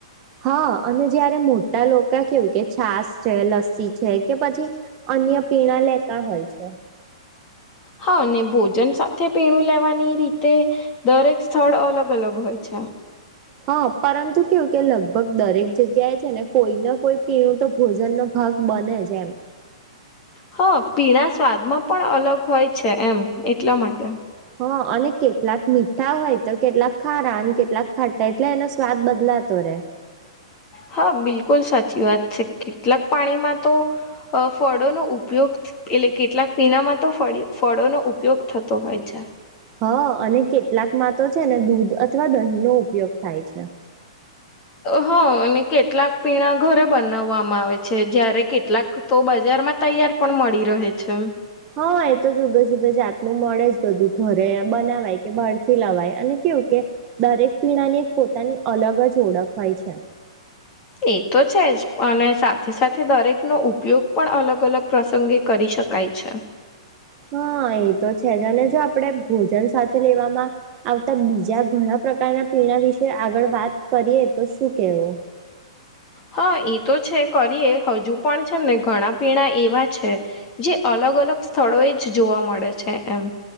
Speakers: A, on the right; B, on the left.
A: હા અને જયારે મોટા લોકો કેવું કે છાસ છે લસ્સી છે કે પછી અન્ય પીણા લેતા હોય છે
B: હા ભોજન સાથે પીણું લેવાની રીતે દરેક સ્થળ અલગ અલગ હોય છે
A: હા પરંતુ કેવું કે લગભગ દરેક જગ્યાએ છે ને કોઈ ના કોઈ પીણું તો ભોજન ન ભાગ બને જેમ
B: હા પીણા સ્વાદમાં પણ અલગ હોય છે એમ એટલા માટે
A: હ અને કેટલાક મીઠા હોય તો કેટલાક ખારા અને કેટલાક ખાટા એટલે એનો સ્વાદ બદલાતો હોય <unintelligible>
B: હા બિલકુલ સાચી વાત છે કેટલાક પાણીમાં તો ફળોનોો ઉપયોગ એટલે કેટલાક પીણામાં તો ફળ ફળોનોો ઉપયોગ થતો હોય છે
A: હા અને કેટલાકમાં તો છે ને દૂધ અથવા દહીં નો ઉપયોગ થાય છે
B: હ અને કેટલાક પીણા ઘરે બનાવવામાં આવે છે જયારે કેટલાક તોજ બજારમાં તૈયાર પણ મળી રહે છે
A: હા એ તો જુદો જુદા જાતનું મળે જ બધું ઘરે બનાવાય કે બહારથી લવાય અને કેવું કે દરેક પીણાની એક પોતાની અલગ જ ઓળખ હોય છે
B: એ તો છે જ અને સાથે સાથે દરેકનો ઉપયોગ પણ અલગ અલગ પ્રસંગે કરીશ શકાય છે
A: હા એ તો છે જ અને જો આપણેે ભોજન સાથે લેવામાં આવતા બીજા ઘણા પ્રકારના પીણા વિશે આગળ વાત કરીએ તો શું કેવું
B: હા એ તો છે કરીએ હજુ પણ છે ને ઘણા પીણા એવા છે જે અલગ અલગ અલગ સ્થળો એ જ જોવા મળે છે એમ